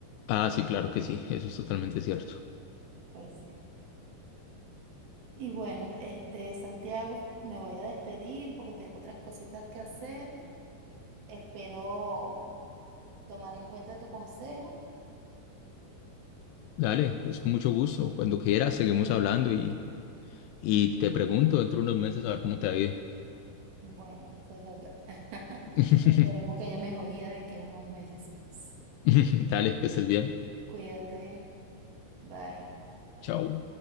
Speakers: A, on the left (about 85°); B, on the right (about 65°).
A: Ah, sí, claro que sí, eso es totalmente cierto.
B: Pues sí. Y bueno, este, Santiago, me voy a despedir porque tengo otras cositas que hacer. Espero tomar en cuenta tu consejo.
A: Dale, es con mucho gusto. Cuando quieras, seguimos hablando y, y te pregunto dentro de unos meses a ver cómo te ha ido.
B: Bueno, eso es verdad. <laughs>
A: <laughs>
B: Esperemos que haya mejoría de aquí a unos mesecitos.
A: Dale, que estés bien.
B: Cuídate. Bye.
A: Chao.